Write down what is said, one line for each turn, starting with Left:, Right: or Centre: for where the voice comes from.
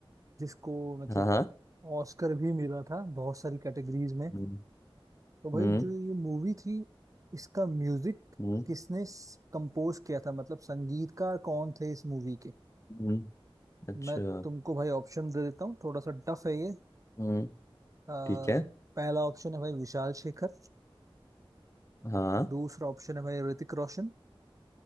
Right: जिसको मतलब
Left: हाँ हाँ
Right: ऑस्कर भी मिला था बहुत सारी कैटेगरीज में
Left: हम्म
Right: तो भाई
Left: हम्म
Right: जो ये मूवी थी इसका म्यूजिक
Left: हम्म
Right: किसने कंपोज किया था मतलब संगीतकार कौन थे इस मूवी के
Left: हम्म। अच्छा
Right: मैं तुमको भाई ऑप्शन दे देता हूँ थोड़ा सा टफ है ये
Left: हम्म
Right: आ,
Left: ठीक है
Right: पहला ऑप्शन है भाई विशाल शेखर
Left: हाँ
Right: दूसरा ऑप्शन है भाई ऋतिक रोशन